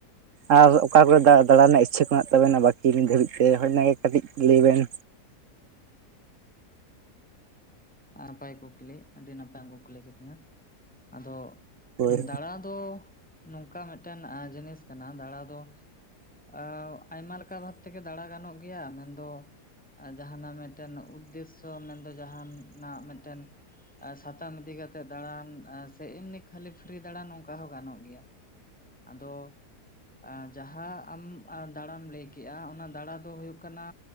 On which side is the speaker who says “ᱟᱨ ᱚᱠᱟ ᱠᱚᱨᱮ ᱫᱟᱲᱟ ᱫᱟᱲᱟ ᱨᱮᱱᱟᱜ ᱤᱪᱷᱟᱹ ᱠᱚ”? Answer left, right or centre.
Right